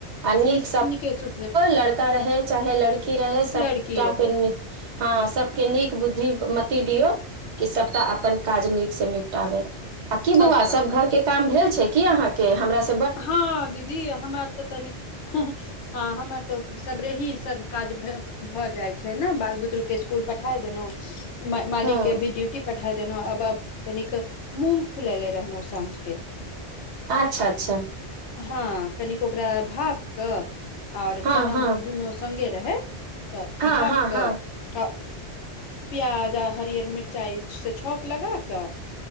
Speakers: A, on the right; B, on the left.
A: आ नीक
B: नीक सु
A: लड़का रहै चाहे लड़की रहै सबटा
B: लड़की रहै
A: के् हँ सबके नीक बुद्धि मति दियौ कि सबटा अपन काज नीक से निपटाबे आ की
B: तब
A: बौआ
B: का
A: सभ घरके काम भेल छै की अहाँके हमरा सभ
B: हाँ दीदी हमरा तऽ तनिक हाँ हमरा तऽ सब्रे ही सभ काज भ भऽ जाइ छै ने बाल बुतरूके इसकुल पठाय देलौ मालिक
A: हँ
B: के भी ड्यूटी प ठाय देलहुँ आब आब तनिक मूँग फुलेले रहलहुँ साँझके
A: अच्छा अच्छा
B: हँ कनिक ओकरा भाप क और
A: हँ
B: चना
A: हँ
B: मूंग दुनू संगे रहै तऽ
A: हँ
B: भाप
A: हँ हँ
B: क प्याज आ हरियर मिर् चाय से छौक लगा क